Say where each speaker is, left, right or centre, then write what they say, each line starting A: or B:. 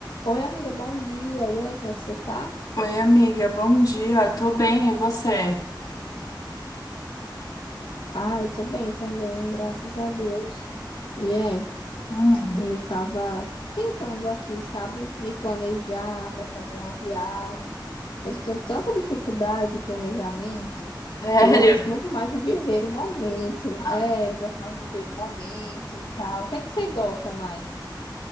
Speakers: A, on the left; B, on the left.
A: Oi, amiga, bom dia. E aí, como é que você tá?
B: Oi, amiga, bom dia. Tô bem, e você?
A: Ah, eu tô bem também, graças a Deus. E é,
B: Hum.
A: eu tava tentando aqui, sabe, me planejar para fazer uma viagem, mas eu tenho tanta dificuldade de planejamento.
B: Sério?
A: Eu gosto muito mais de viver o momento.
B: Ah,
A: É, eu gosto mais de viver o momento e tal. O que é que você gosta mais?